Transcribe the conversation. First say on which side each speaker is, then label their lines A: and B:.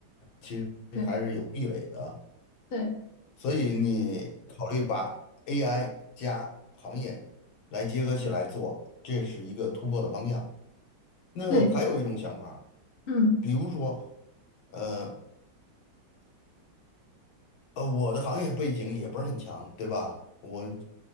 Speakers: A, on the left; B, on the left.
A: 其实还是有壁垒的。
B: 对对
A: 所以你考虑把 AI 加行业来结合起来做，这是一个突破的方向。那还有一种想法，
B: 对，嗯
A: 比如说，呃，呃，我的行业背景也不是很强，对吧？我，